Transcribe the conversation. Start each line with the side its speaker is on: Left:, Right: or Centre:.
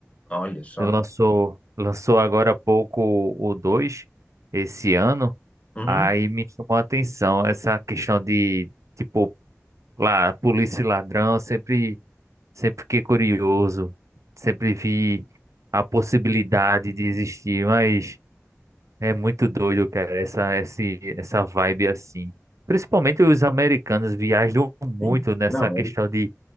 Left: Olha só.
Right: Lançou, lançou agora há pouco o 2 esse ano.
Left: Uhum,
Right: Aí me chamou a atenção essa questão de, tipo, lá, polícia e ladrão. Sempre, sempre fiquei curioso. Sempre vi a possibilidade de existir, mas é muito doido, cara, essa, esse, essa vibe assim. Principalmente os americanos viajam muito
Left: sim.
Right: nessa
Left: Não,
Right: questão
Left: eles,
Right: de,